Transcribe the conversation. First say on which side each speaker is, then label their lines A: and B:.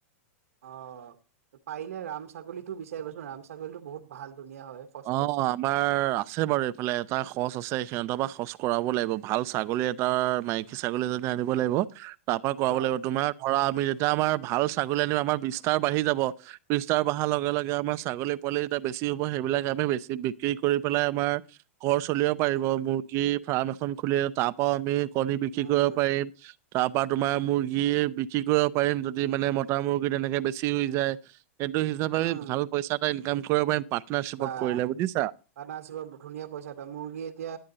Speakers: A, on the right (about 80°); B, on the right (about 35°).
A: অ', পাৰিলে ৰাম ছাগলীটো বিচাৰিবা চোন ৰাম ছাগলীতো বহুত ভাল। ধুনীয়া হয় সচটো
B: অ', আমাৰ আছে বাৰু এইফালে এটা খচ আছে। সিহঁতৰ পৰা খচ কৰাব লাগিব। ভাল ছাগলী এটাৰ মাইকী ছাগলী এজনী আনিব লাগিব। তাৰ পৰা কৰাব
A: অ
B: লাগিব তোমাৰ ধৰা আমি এতিয়া আমাৰ ভাল ছাগলী আনিব আমাৰ বিস্তাৰ বাঢ়ি যাব। বিস্তাৰ বাঢ়াৰ লগে লগে আমাৰ ছাগলী পোৱালি গিটা বেছি চি হ'ব, সেইবিলাক আমি বেছি বিক্ৰী কৰি পেলাই আমাৰ ঘৰ চলিব পাৰিব।
A: উম
B: মুৰ্গী ফাৰ্ম এখন খুলিলে, তাৰপৰাও আমি কণী বিক্ৰী
A: উম
B: কৰিব পাৰিম। তাৰপৰা তোমাৰ মুৰ্গীয়ে বিক্ৰী কৰিব পাৰিম যদি মানে মতা মুৰ্গী তেনেকে বেছি হৈ যায়। সেইটো হিচাপে
A: উম
B: আমি ভাল পইচা এটা ইনকাম কৰিব পাৰিম পাৰ্টনাৰশ্বিপত।
A: আ', পাৰ্টনাৰশ্বিপত
B: কৰিলে বুজিছা।
A: ধুনীয়া পইচা এটা মুৰ্গী এতিয়া